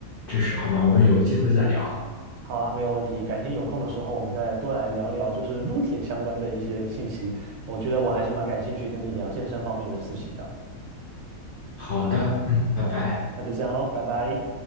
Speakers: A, on the left; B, on the right.
A: 知识，好吧，我们有机会再聊。
B: 好啊，没有问题。改天有空的时候，我们再多来聊聊就是撸铁相关的一些信息。我觉得我还是蛮感兴趣跟你聊健身方面的事情的。
A: 好的，嗯，
B: 好，
A: 拜拜。
B: 那那就这样喽，拜拜。